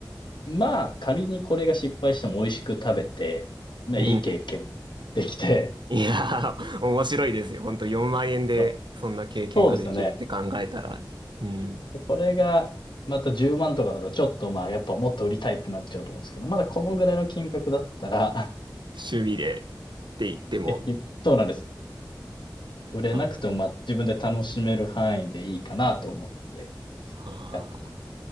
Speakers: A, on the left; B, on the right.
A: まあ仮にこれが失敗しても美味しく食べて、まあいい経験もできて、
B: うん。<laughs> いやー、面白いですよ。ほんと4万円でそんな経験ができるって考えたら。
A: <laughs> そう、そうですよね。
B: うん。
A: で、これが、また10万とかだと、ちょっとまあ、やっぱもっと売りたいってなっちゃうと思うんですけど、まだこのぐらいの金額だったら、
B: うん
A: <laughs>
B: 趣味でって言っても。
A: でき、そうなんですよ。売れなくても、
B: は
A: まあ、自分で楽しめる範囲でいいかなと思って
B: あ、はあ
A: やっ